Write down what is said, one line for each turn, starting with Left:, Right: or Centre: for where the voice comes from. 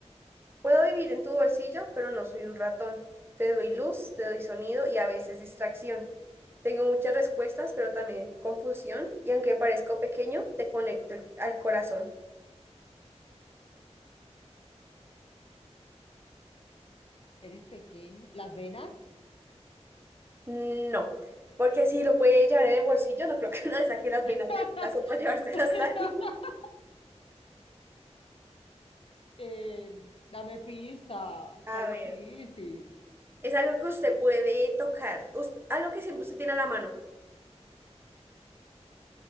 Right: puedo vivir en tu bolsillo, pero no soy un ratón. Te doy luz, te doy sonido y a veces distracción. Tengo muchas respuestas, pero también confusión. Y aunque parezco pequeño, te conecto el- al corazón.
Left: Eres pequeño. ¿Las venas?
Right: No, porque si lo puede llevar en el bolsillo, no creo que <laughs> no le saque las venas
Left: <laughs>
Right: del brazo para llevárselas
Left: Pa- <laughs>
Right: ahí.
Left: Eh, dame pista, está
Right: A
Left: difícil.
Right: ver, es algo que usted puede tocar, us- algo que siempre usted tiene a la mano,